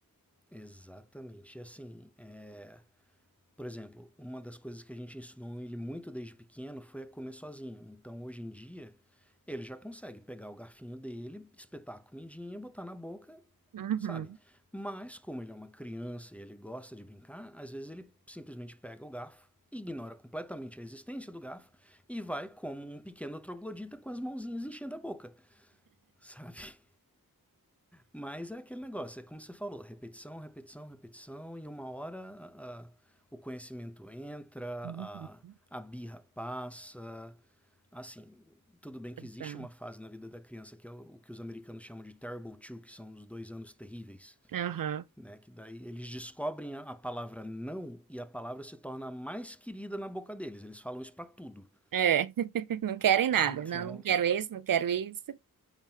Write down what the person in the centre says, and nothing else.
Exatamente. E assim, é, Por exemplo, uma das coisas que a gente ensinou ele muito desde pequeno foi a comer sozinho. Então, hoje em dia, ele já consegue pegar o garfinho dele, espetar a comidinha, botar na boca,
sabe? Mas, como ele é uma criança e ele gosta de brincar, às vezes ele simplesmente pega o garfo, ignora completamente a existência do garfo e vai como um pequeno troglodita com as mãozinhas enchendo a boca, sabe? Mas é aquele negócio, é como você falou, repetição, repetição, repetição, e uma hora a- a- o conhecimento entra,
a, a birra passa. Assim, tudo bem que
existe uma fase na vida da criança que é o, o que os americanos chamam de terrible two, que são os dois anos terríveis.
Né, que daí eles descobrem a, a palavra não e a palavra se torna mais querida na boca deles. Eles falam isso pra tudo.
Então,